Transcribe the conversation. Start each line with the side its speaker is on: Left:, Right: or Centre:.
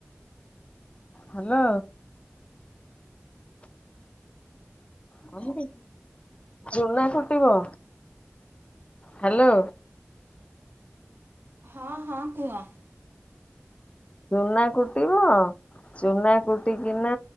Left: ହ୍ୟାଲୋ କହିଵି ଚୁନା କୁଟିବ ହ୍ୟାଲୋ।
Right: ହଁ ହଁ କୁହ
Left: ଚୁନା କୁଟ କୁଟିବ ଚୁନା କୁଟିକି ନା